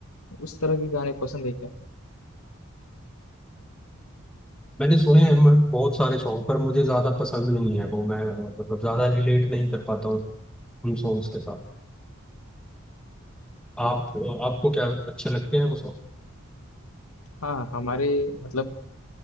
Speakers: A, on the left (about 80°); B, in the centre.
A: उस तरह के गाने पसंद है क्या
B: मैंने सुने हैं मैं बहुत सारे सॉन्ग पर मुझे ज्यादा पसंद नहीं है वो मैं अ, मतलब ज्यादा रिलेट नहीं कर पाता हूँ उन सॉन्ग्स के साथ आप आपको क्या अच्छे लगते हैं वो सॉन्ग
A: हाँ हमारे मतलब